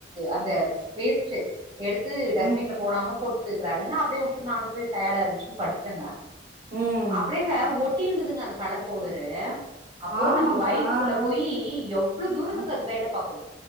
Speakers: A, on the right; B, on the right.
A: அந்த வேஸ்ட்டு எடுத்து
B: ம்
A: டஸ்பின்ல போடாம போட்டுய்க்றாளுங்க அப்டியே விட்டு நானு போய் டயடா இருந்துச்சு படுதுட்டேங்க
B: ம்
A: அப்டேங்க ஒட்டின்கிதுங்க அந்த கலர் பவுடரு அப்போ
B: ஆமாங்க
A: நம்போ வயத்துக்குள்ள
B: ஆ ஆ
A: போய் எவ்வளோ தூரத்துக்கு
B: ஆ
A: அது வேல பாக்கு